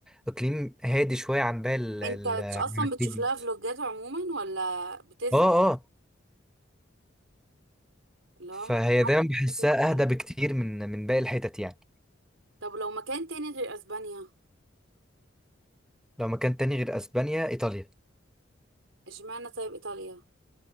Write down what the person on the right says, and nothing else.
انت
تش-
اصلا
بتشوف لها فلوجات عموما ولا بتسمع
اللي
هو متحمس
إن أنت تروح؟
طب لو مكان تاني غير اسبانيا
اشمعنى طيب ايطاليا